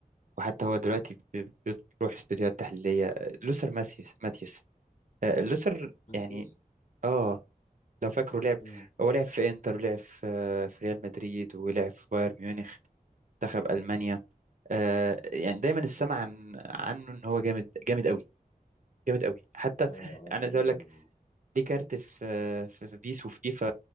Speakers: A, on the right; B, on the left.
A: وحتى هو دلوقتي بي- بيروح استوديوهات تحليلية آه، لوثر ماثيوس ماثيوس آه، لوثر
B: مانتيوس
A: يعني اه لو فاكره لعب
B: امم
A: هو لعب في إنتر ولعب في آه، في ريال مدريد ولعب في بايرن ميونخ منتخب ألمانيا آه، يعني دايما السمع عن عنه إن هو جامد جامد جامد قوي حتى
B: اه آه،
A: انا
B: انا
A: عايز
B: برضه
A: اقول لك
B: يعني.
A: دي كارت في في في بيس وفي فيفا